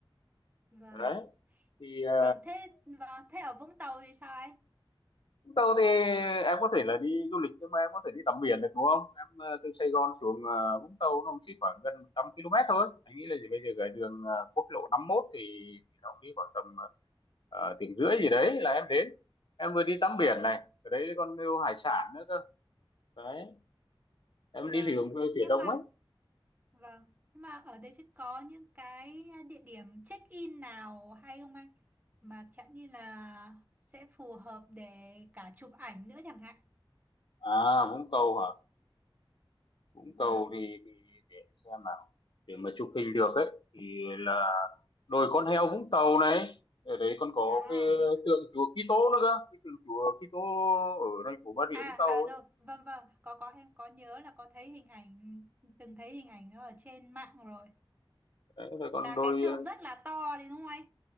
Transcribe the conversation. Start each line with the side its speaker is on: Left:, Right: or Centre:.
Right: vâng.
Left: đấy thì ờ,
Right: Vâng thế vâng, thế ở Vũng Tàu thì sao ấy?
Left: Vũng Tàu thì em có thể là đi du lịch nhưng mà em có thể đi tắm biển được đúng không? Em ờ, từ Sài Gòn xuống ờ, Vũng Tàu nó cũng chỉ khoảng gần 100 km thôi. Anh nghĩ là gì bây giờ cái đường ờ, quốc lộ 51 thì nó cũng đi khoảng tầm ờ, tiếng rưỡi gì đấy là em đến. Em vừa đi tắm biển này, ở đấy còn nhiều hải sản nữa cơ. Đấy, em
Right: Vâng,
Left: đi phía phía
Right: nhưng
Left: đông
Right: mà
Left: ấy.
Right: vâng, nhưng mà ở đây sẽ có những cái địa điểm check-in nào hay không anh? Mà chẳng như là sẽ phù hợp để cả chụp ảnh nữa chẳng hạn.
Left: À, Vũng Tàu hả? Vũng
Right: Vâng.
Left: Tàu thì, thì để em xem nào. Để mà chụp hình được ấy thì là đồi con heo Vũng Tàu này ở đấy còn có
Right: À.
Left: cái tượng chùa Kitô nữa cơ cái tượng chùa Kitô ở thành phố Bà Rịa
Right: À
Left: Vũng Tàu
Right: à rồi, vâng vâng, có có em có nhớ là có thấy hình ảnh từng thấy hình ảnh nó ở trên mạng rồi.
Left: ấy. rồi còn
Right: Là
Left: đồi
Right: cái tượng rất là to thì đúng không anh?